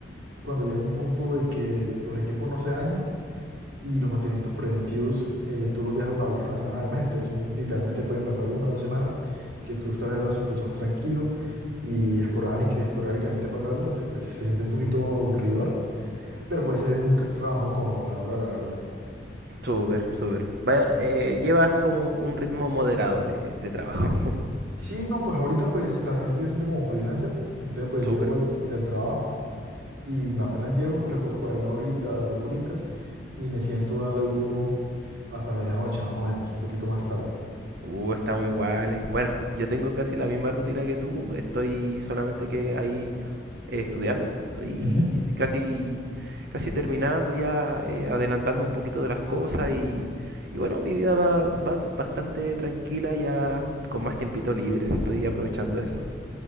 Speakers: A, on the right; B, on the right.
A: cuando llega un punto de que los equipos no se dañan y los mantenimientos preventivos eh, tú los dejas para última semana del mes. Entonces son, literalmente pueden pasar una o dos semanas que tú estás de brazos cruzados tranquilo y esporádic- esporádicamente pasa algo, entonces pues se siente un poquito aburridor, pero pues es un que- trabajo cómodo a la hora, de la verdad.
B: Súper, súper. Vaya, eh, llevas como un ritmo moderado de, de trabajo. <laughs>
A: Sí, no, pues ahorita pues también estoy haciendo como freelancer, entonces pues
B: Súper.
A: llego del del trabajo. y apenas llego, reposo por ahí una horita, dos horitas y me siento a darle duro hasta medianoche más o menos, un poquito más tarde.
B: Uh, estamos iguales. Bueno, yo tengo casi la misma rutina que tú. Estoy solamente que hay eh, estudiando, estoy
A: Ujú.
B: casi, casi terminando ya, eh, adelantando un poquito de las cosas y, y bueno, mi vida va, va bastante tranquila ya con más tiempito libre, estoy aprovechando eso